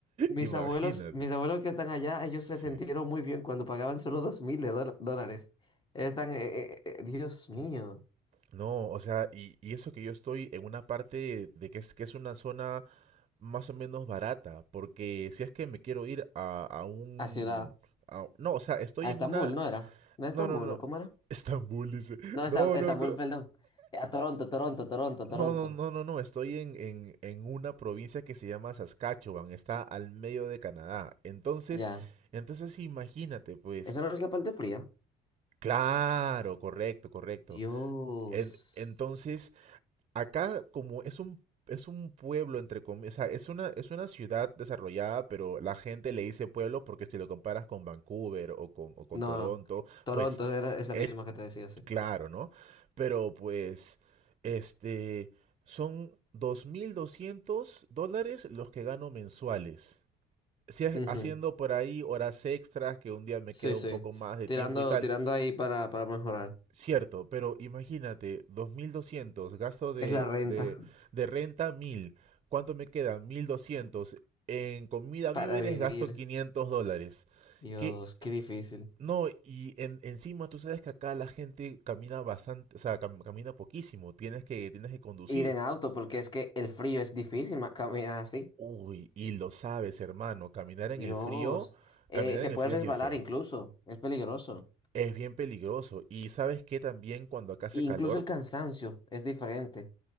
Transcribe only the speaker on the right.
Imagínate.
Sí.
No, o sea, y, y eso que yo estoy en una parte de que es, que es una zona más o menos barata, porque si es que me quiero ir a, a un...
a- no, o sea, estoy
en una...
No, no, no.
Estambul, dice. <laughs>
No,
no, no.
No,
no, no, no, no. Estoy en, en, en una provincia que se llama Saskatchewan. Está al medio de Canadá. Entonces,
entonces imagínate, pues.
Claro, correcto, correcto.
En- entonces, acá como es un es un pueblo entre comillas, o sea, es una es una ciudad desarrollada, pero la gente le dice pueblo porque si lo comparas con Vancouver o con o con
Toronto,
pues
eh,
Claro, ¿no? Pero pues, este, son 2.200 dólares los que gano mensuales. Si es-
haciendo por ahí horas extras, que un día me
queda
un poco más de
tiempo y tal.
Cierto, pero imagínate, 2.200, gasto de,
de, de renta mil, ¿Cuánto me queda? 1.200. En comida,
víveres,
gasto 500 dólares.
¿Qué,
no, y en- encima tú sabes que acá la gente camina bastante, o sea, cam- camina poquísimo, tienes que, tienes que conducir.
Uy, y lo sabes, hermano, caminar en
el frío,
caminar
en
el frío
es bien feo.
Es bien peligroso. Y sabes que también cuando acá hace
calor